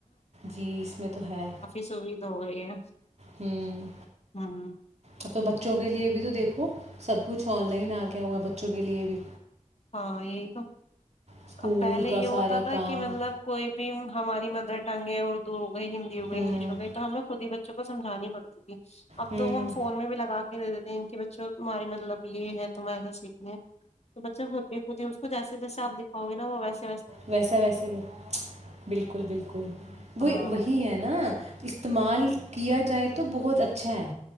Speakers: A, on the right; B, on the left.
A: جی اس میں تو ہے
B: سوھا ہو گئی ہے
A: ہوں
B: ہوں
A: اب تو بچوں کے لیے بھی تو دیکھو سب کچھ آن لائن آ گیا ہوا ہے بچوں کے لیے بھی
B: ہاں یہی تو
A: اسکول
B: ا پہلے
A: کا
B: یہ ہوتا
A: سارا
B: تھا
A: کام
B: کہ مطلب کوئی بھی ہماری مدر ٹنگ ہے اردو گئی ہندی ہو گئی
A: ہوں
B: انگلش ہو گئی تو ہمیں خود ہی بچوں کو سجھانی پڑتی تھی اب
A: ہوں
B: تو وہ ہم فون میں بھی لگا کےے دیتےے ان کے بچوں کو تہاری مطلب یہی ہے تم ایسا سیکھنے خود بھی خود ہی اس کو جیسے جیس آ دکھاؤ گےا وہ ویے
A: ویسا ویسے بالکل بالکل وہ
B: ہاں
A: وہی ہے نا استعمال کیا جائے تو بہت اچھا ہے